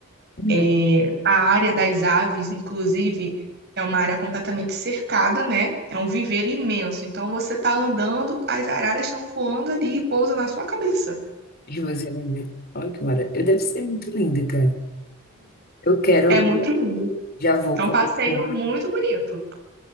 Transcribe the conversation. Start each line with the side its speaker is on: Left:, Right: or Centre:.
Left: uhum,
Right: É, a área das aves, inclusive, é uma área completamente cercada, né? É um viveiro imenso. Então você está andando, as araras estão voando ali e pousa na sua cabeça.
Left: eu vou fazer um museu. Olha que maravilha. Eu deve ser muito lindo, cara. Eu quero,
Right: É muito lindo.
Left: já vou
Right: É
Left: colocar,
Right: um passeio muito bonito.